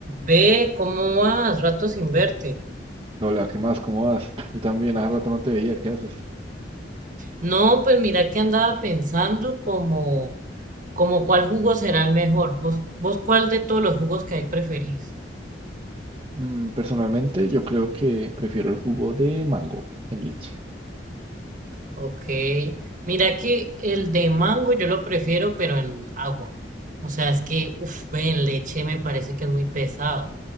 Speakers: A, on the right (about 45°); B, on the right (about 30°).
A: Ve, ¿cómo vas? Rato sin verte.
B: Hola, ¿qué más? ¿Cómo vas? Yo también, hace rato no te veía, ¿qué haces?
A: No, pues mira que andaba pensando como, como cuál jugo será el mejor. ¿Vos, vos cuál de todos los jugos que hay preferís?
B: Mm, personalmente, yo creo que prefiero el jugo de mango en leche.
A: Ok. Mira que el de mango yo lo prefiero, pero en agua. O sea, es que, uff, ve, en leche me parece que es muy pesado.